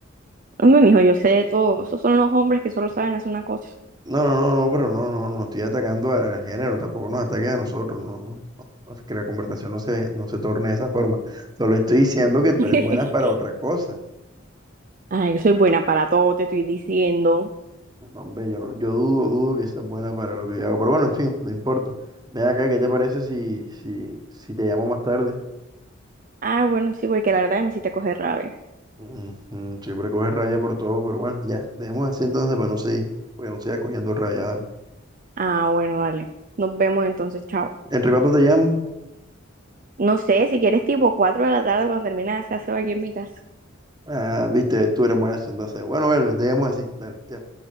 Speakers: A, on the right; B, on the right.
A: Hombre, mijo, yo sé de todo. Esos son los hombres que solo saben hacer una cosa.
B: No, no, no, no, pero no, no, no estoy atacando al, al género, tampoco nos ataques a nosotros, no, no, no, no, que la conversación no se, no se torne de esa forma. Solo estoy diciendo que
A: <laughs>
B: tú eres buena para otra cosa.
A: Ay, yo soy buena para todo, te estoy diciendo.
B: No, Hombre, yo, no- yo dudo, dudo que sea buena para lo que yo hago. Pero bueno, en fin, no importa. Ven acá, ¿qué te parece si, si, si te llamo más tarde?
A: Ah, bueno, sí, porque la verdad me hiciste coger rabia.
B: Ujú, siempre coges raya por todo, pero bueno, ya, dejemos así entonces para no seguir, porque no sigas cogiendo raya, dale.
A: Ah, bueno, dale. Nos vemos entonces, chao.
B: ¿Entre cuánto te llamo?
A: No sé, si quieres tipo 4 de la tarde cuando termina se hace aquí en mi casa.
B: Ah, viste, tú eres buena entonces. Bueno, bueno, dejemos así, dale, chao.